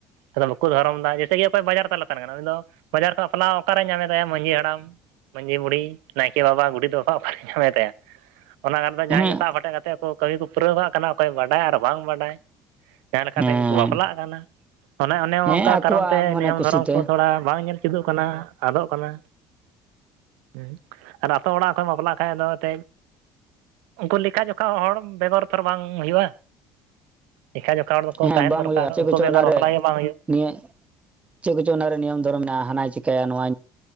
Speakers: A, on the right (about 85°); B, on the right (about 20°).
A: ᱟᱫᱚ ᱵᱟᱠᱚ ᱫᱷᱚᱨᱚᱢᱫᱟ ᱡᱮᱛᱮ ᱜᱮ ᱚᱠᱚᱭ ᱵᱟᱡᱟᱨ ᱛᱟᱞᱟ ᱛᱟᱦᱮ ᱠᱟᱱᱟ ᱩᱱᱤ ᱫᱚᱼᱼ ᱵᱟᱡᱟᱨ ᱠᱷᱚᱱ ᱵᱟᱯᱞᱟᱣ ᱚᱠᱟᱨᱮᱭ ᱧᱟᱢᱮᱫᱟᱭᱟ ᱢᱟᱺᱡᱷᱤ ᱦᱟᱲᱟᱢ ᱢᱟᱺᱡᱷᱤ ᱵᱩᱲᱦᱤ ᱱᱟᱭᱠᱮ ᱵᱟᱵᱟ ᱜᱩᱰᱮᱛᱼᱼ ᱫᱚ ᱥᱟᱴ ᱧᱟᱢᱮ ᱛᱟᱭᱟ ᱚᱱᱟ ᱠᱟᱨᱚᱱ ᱫᱚ
B: ᱦᱮᱸ
A: ᱡᱟᱦᱟᱸᱭ ᱜᱮ ᱥᱟᱵ ᱦᱟᱴᱮᱡ ᱠᱟᱛᱮ ᱠᱚᱼᱼ ᱠᱟᱹᱢᱤ ᱠᱚ ᱯᱩᱨᱟᱹᱣ ᱠᱟᱜ ᱠᱟᱱᱟ ᱚᱠᱚᱭ ᱵᱟᱰᱟᱭ ᱟᱨ ᱵᱟᱝ ᱵᱟᱰᱟᱭ ᱡᱟᱦᱟᱸ ᱞᱮᱠᱟ
B: ᱦᱮᱸ
A: ᱛᱮᱜᱮ ᱠᱚ ᱵᱟᱯᱞᱟᱜ ᱠᱟᱱᱟ᱾ ᱚᱱᱮ ᱚᱱᱮ
B: ᱦᱮᱸ
A: ᱚᱱᱠᱟ
B: ᱟᱠᱚᱣᱟᱜ
A: ᱠᱟᱨᱚᱱ ᱛᱮ
B: ᱢᱚᱱᱮ
A: ᱱᱤᱭᱚᱢ
B: ᱠᱩᱥᱤ
A: ᱫᱷᱚᱨᱚᱢ
B: ᱛᱮ
A: ᱠᱚ ᱛᱷᱚᱲᱟ ᱵᱟᱝ ᱧᱮᱞᱼᱼ ᱪᱮᱫᱚᱜ ᱠᱟᱱᱟ ᱟᱫᱚᱜ ᱠᱟᱱᱟ ᱦᱮᱸ ᱟᱛᱳ ᱚᱲᱟᱜ ᱠᱷᱚᱢ ᱵᱟᱯᱞᱟᱜ ᱠᱷᱟᱡ ᱫᱚ, <inaudible> ᱩᱱᱠᱩ ᱞᱮᱠᱷᱟ ᱡᱚᱠᱷᱟ ᱦᱚᱲ ᱵᱮᱜᱚᱨ ᱛᱷᱚᱨ ᱵᱟᱝ ᱦᱩᱭᱩᱜ-ᱟ ᱞᱮᱠᱷᱟ ᱡᱚᱠᱷᱟᱼᱼ ᱦᱚᱲ ᱫᱚᱠᱚ
B: ᱦᱮᱸ
A: ᱛᱟᱦᱮᱱ
B: ᱵᱟᱝ
A: ᱫᱚᱨᱠᱟᱨ
B: ᱦᱩᱭᱩᱜᱼᱟ ᱪᱮᱫ
A: ᱩᱱᱠᱩ
B: ᱠᱚᱪᱚ
A: ᱵᱮᱜᱟᱨ
B: ᱚᱱᱟᱨᱮ
A: ᱵᱟᱯᱞᱟ ᱜᱮ ᱵᱟᱝ ᱦᱩᱭᱩᱜᱼᱟᱼᱼ
B: ᱱᱤᱭᱟᱹ ᱪᱮᱫ ᱠᱚᱪᱚᱝ ᱚᱱᱟᱨᱮ ᱱᱤᱭᱚᱢ ᱫᱷᱚᱨᱚᱢ ᱢᱮᱱᱟᱜᱼᱟ ᱦᱟᱱᱟ ᱪᱤᱠᱟᱹᱭᱟ ᱱᱚᱣᱟ?